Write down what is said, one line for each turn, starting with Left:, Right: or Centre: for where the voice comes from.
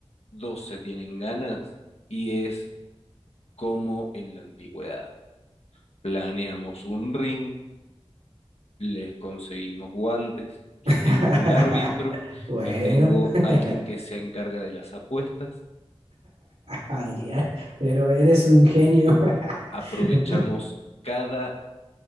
Left: dos se tienen ganas y es como en la antigüedad. Planeamos un ring, les conseguimos guantes, yo
Right: <laughs>
Left: tengo un árbitro
Right: Bueno,
Left: y tengo
Right: <laughs>
Left: alguien que se encarga de las apuestas.
Right: Adrián, pero eres un genio.
Left: Aprovechamos
Right: <laughs>
Left: cada